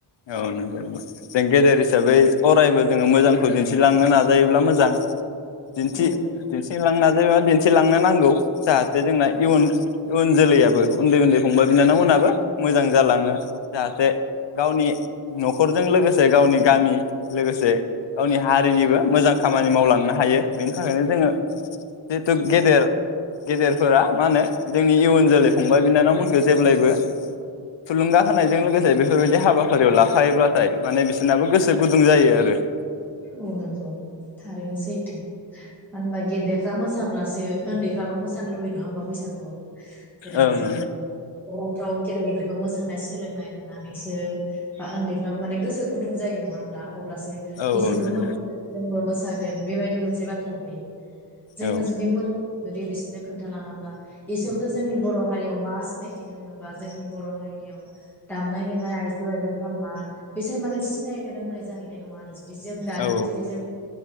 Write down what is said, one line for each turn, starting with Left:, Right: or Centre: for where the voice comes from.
Left: औ नंगौ नंगौ जों गेदेर हिसाबै अरायबो जोङो मोजांखौ दिन्थिलांनो नाजायोब्ला मोजां दिन्थि-दिन्थि
Centre: औ नंगौ
Left: लांनो नाजायोबाथ दिन्थिलांनो नांगौ जाहाथे जोंना इयुन इयुन जोलैयाबो उन्दै उन्दै फंबाय बिनानावमोनहाबो मोजां जालाङो जाहाथे गावनि नखरजों लोगोसे गावनि गामि लोगोसे गावनि हारिनिबो मोजां खामानि मावलांनो हायो बेनि थाखायनो जोङो जिहेथु गेदेर गेदेरफोरा मा होनो जोंनि इयुन जोलै फंबाय बिनानावमोन खो जेब्लायबो थुलुंगा होनायजों लोगोसे बेफोरबायदि हा हाबाफारियाव लाफायोब्लाथाय माने बिसोरनाबो गोसो गुदुं जायो आरो ।
Centre: औ नोंगौ थारैनो सैथो मानो होनबा गेदेर फ्रा मोसाब्लासो ओन्दैफ्राबो मोसानो लुबैयो नङा होमबा बैसागुयाव । जेरै
Left: ओं
Centre: जोङो फ्राव गेदेर गेदेरखौ मोसानाय सोलोंनाय नुनानैसो बा ओन्दैफ्रा माने गोसो गुदुं जायो नङा होमब्ला अब्लासो इसोरबो
Left: ओं औ नंगौ
Centre: मोसादो जोंबो मोस थागोन बेबायदि मोनसे बाथ्रा फैयो। जोंनो
Left: औ
Centre: जुदि मैल' जुदि बिसोरनो खोन्थालाङाब्ला बिसोरबोथ' जोंनि बर' हारियाव मा सिनायथि दोङो बा जोंनि बर' हारिनियाव दामनाय देनाय आइजो आइलांफ्रा मा बिसोर माने सिनायनो रोंनाय जाहैनाय नङा आरो दि जों दानिफ्राय
Left: औ
Centre: जुदि जों